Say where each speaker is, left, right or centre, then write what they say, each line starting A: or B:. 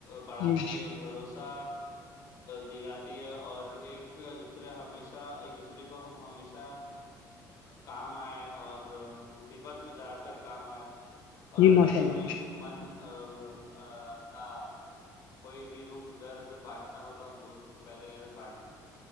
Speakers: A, on the left; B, on the left.
A: بڑھاتی
B: جی جی
A: ہے بھروسہ دلاتی ہے اور ایک دوسرے ہمیشہ ایک دوسرے کو ہم ہمیشہ کام آئے اور مصیبت پہ زیادہ تر کام آئے اور
B: ماشاء
A: کبھی
B: اللہ
A: من اپنا کوئی بھی دکھ درد بانٹنا نہ ہو تو ہم دوست کو پہلے بانٹتے